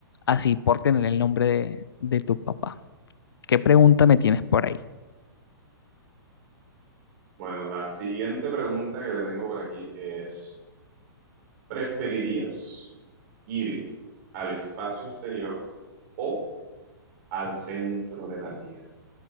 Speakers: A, on the left; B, on the right.
A: así por tener el nombre de, de tu papá. ¿Qué pregunta me tienes por ahí?
B: Bueno, la siguiente pregunta que te tengo por aquí es, ¿preferirías ir al espacio exterior o al centro de la Tierra?